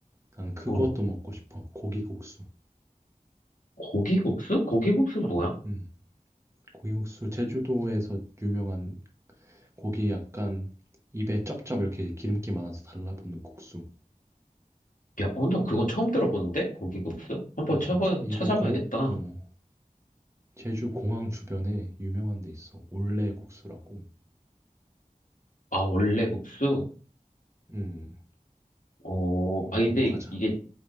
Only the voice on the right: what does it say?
난 그것도
먹고 싶어. 고기국수.
음. 고기국수 제주도에서 유명한 고기 약간 입에 쩝쩝 이렇게 기름기 많아서 달라붙는 국수.
이게-
아
진짜? 이거
공 어, 제주 공항 주변에 유명한 데 있어. 올레국수라고.
음
여기로
가자.